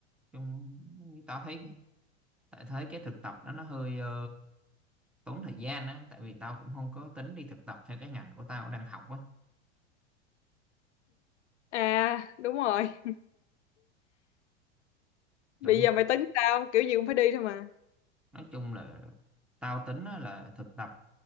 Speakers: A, in the centre; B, on the left (about 75°).
A: chung tao thấy cái- tại thấy cái thực tập đó nó hơi ờ, tốn thời gian á, tại vì tao cũng không có tính đi thực tập theo cái ngành của tao đang học á.
B: À, đúng rồi.
A: Đúng
B: Bây
A: không?
B: giờ mày tính sao? Kiểu gì cũng phải đi thôi mà.
A: Nói chung là tao tính á, là thực tập